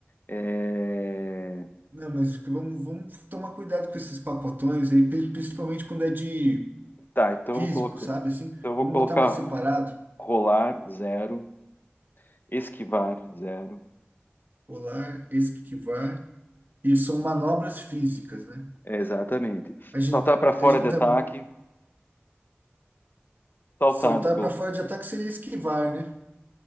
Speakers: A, on the left; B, on the right.
A: É,
B: Não, mas que vamos, vamos tomar cuidado com esses pacotões aí, pri- principalmente quando é de
A: Tá, então
B: físico,
A: eu vou colocar,
B: sabe? Assim,
A: então eu vou
B: vamos
A: colocar
B: botar mais separado.
A: rolar, zero, esquivar, zero
B: Rolar, esquivar. E são manobras físicas, né?
A: É, exatamente.
B: A gente,
A: Saltar para fora
B: a gente
A: de ataque.
B: tá,
A: Saltar,
B: saltar
A: vou colocar.
B: para fora de ataque seria esquivar, né?